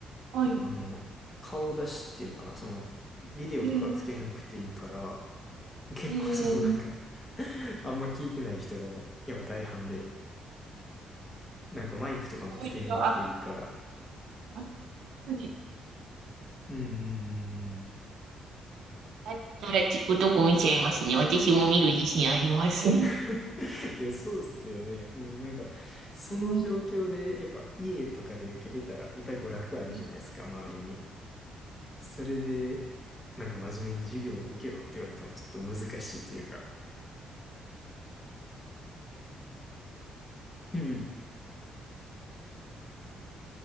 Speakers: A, on the right; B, on the left.
A: はい。
B: あの、顔出しっていうのかな、その、ビデオとかつけへんくていいから、
A: うん、
B: 結構そのなんか
A: いい。
B: <laughs> あんま聞いてない人がもう、やっぱ大半で、なんかマイクとかもつけへんくていいから。
A: そういうのは、あそうです
B: うんうんうんうん。
A: だったら聞くとこ見ちゃいますね。私も見る自信あります。う
B: <laughs> いや、そうっすよね。うん、なんか、その状況で、
A: ん。
B: やっぱ家とかで受けてたら、いっぱい娯楽あるじゃないですか、
A: 今
B: 周りに。それで、なんか真面目に授業を受けろって言われてもちょっと難しいというか。うんうん。